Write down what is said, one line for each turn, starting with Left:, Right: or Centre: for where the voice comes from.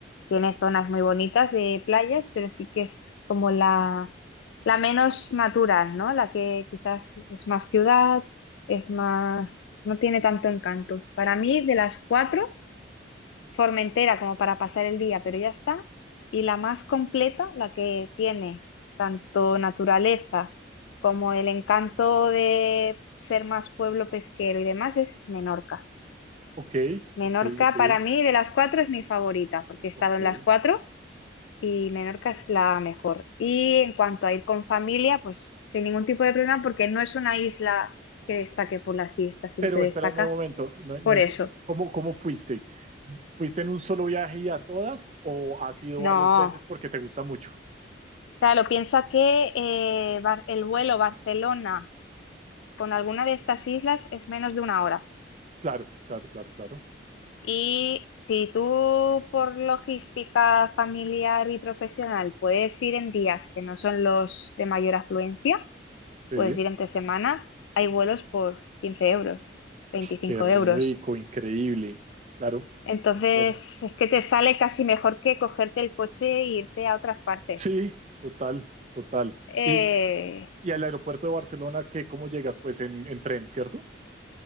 Left: tiene zonas muy bonitas de playas, pero sí que es como la, la menos natural, ¿no? La que quizás es más ciudad, es más, no tiene tanto encanto. Para mí, de las cuatro, Formentera como para pasar el día, pero ya está. Y la más completa, la que tiene tanto naturaleza como el encanto de ser más pueblo pesquero y demás, es Menorca.
Right: Ok,
Left: Menorca
Right: ok, ok,
Left: para mí de las cuatro es mi favorita, porque he estado
Right: ok. ok.
Left: en las cuatro y Menorca es la mejor. Y en cuanto a ir con familia, pues sin ningún tipo de problema, porque no es una isla que destaque por las fiestas, sino
Right: Pero
Left: que destaca
Right: espérame un momento, no, no
Left: por
Right: ent-
Left: eso.
Right: ¿Cómo, cómo fuiste? ¿Fuiste en un solo viaje y a todas o has ido
Left: No,
Right: varias veces porque te gusta mucho?
Left: claro, piensa que eh, Bar- el vuelo Barcelona con alguna de estas islas es menos de una hora.
Right: Claro, claro, claro, claro.
Left: Y si tú por logística familiar y profesional puedes ir en días que no son los de mayor afluencia,
Right: Sí,
Left: Puedes ir entre semana, hay vuelos por 15 euros, 25
Right: qué rico,
Left: euros.
Right: increíble. Claro,
Left: Entonces,
Right: claro.
Left: es que te sale casi mejor que cogerte el coche e irte a otras partes.
Right: Sí, total, total.
Left: Eh,
Right: Y, y al aeropuerto de Barcelona, ¿qué, cómo llegas? Pues en, en tren, ¿cierto?